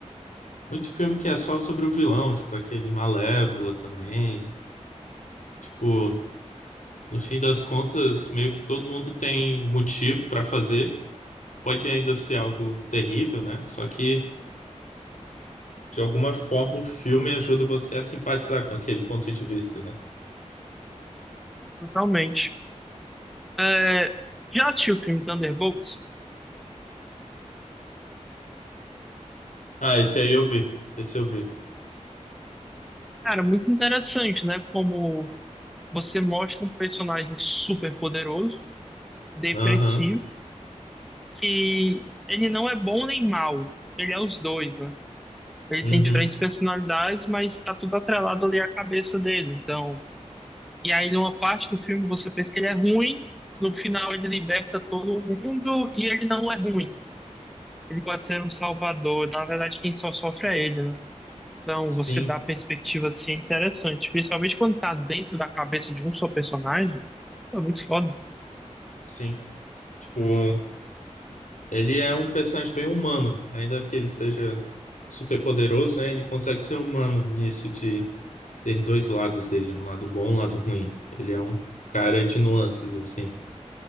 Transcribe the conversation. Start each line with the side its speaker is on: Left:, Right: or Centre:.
Left: Muito filme que é só sobre o vilão, tipo aquele Malévola também. Tipo, no fim das contas, meio que todo mundo tem motivo pra fazer. Pode ainda ser algo terrível, né? Só que De alguma forma, o filme ajuda você a simpatizar com aquele ponto de vista, né?
Centre: totalmente. É, já assistiu o filme Thunderbolts?
Left: Ah, esse aí eu vi. Esse eu vi.
Centre: Cara, muito interessante, né? Como você mostra um personagem super poderoso, depressivo,
Left: Aham.
Centre: que ele não é bom nem mal, ele é os dois, né? Ele
Left: Uhum.
Centre: tem diferentes personalidades, mas tá tudo atrelado ali à cabeça dele. Então, e aí numa parte do filme você pensa que ele é ruim, no final ele liberta todo mundo e ele não é ruim. Ele pode ser um salvador, na verdade quem só sofre é ele, né? Então,
Left: Sim,
Centre: você dá a perspectiva assim, é interessante. Principalmente quando tá dentro da cabeça de um só personagem. Pô, é muito foda.
Left: sim. Tipo, ele é um personagem bem humano. Ainda que ele seja super poderoso, né? Ele consegue ser humano nisso de ter dois lados dele, um lado bom, um lado ruim. Ele é um cara de nuances, assim.